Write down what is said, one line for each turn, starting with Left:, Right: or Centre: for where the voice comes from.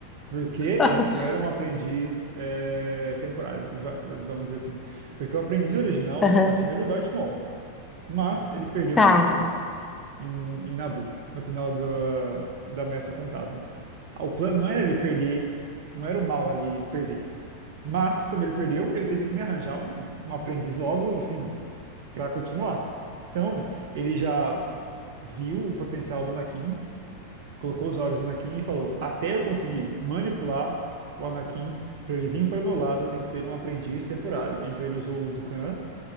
Right: Porque ele
Left: <laughs>
Right: só era um aprendiz é, temporário, va- vamos dizer assim. Porque o aprendiz original
Left: Aham.
Right: do Palpatine era o Darth Maul. Mas ele perdeu
Left: Tá,
Right: para o Obi-Wan em, no- em Naboo, no final do, da Ameaça Fantasma. Ah, O plano não era ele perder, não era o mal ali perder. Mas, como ele perdeu, ele teve que, né, arranjar um, um aprendiz logo, assim, para continuar. Então, ele já viu o potencial do Anakin, colocou os olhos no Anakin e falou: Até eu conseguir manipular o Anakin para ele vir para o meu lado, eu tenho que ter um aprendiz temporário. Então, ele usou o Dukan